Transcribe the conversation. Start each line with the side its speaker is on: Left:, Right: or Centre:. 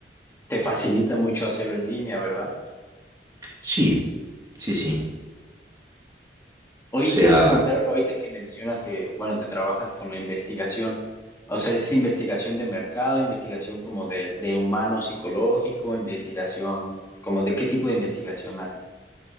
Left: te facilita mucho hacerlo en línea, ¿verdad?
Right: Sí, sí, sí. O
Left: Hoy
Right: sea,
Left: te iba a preguntar, ahorita que mencionas que, bueno, te trabajas con la investigación, o sea, es investigación de mercado, investigación como de, de humano psicológico, investigación, como de qué tipo de investigación haces.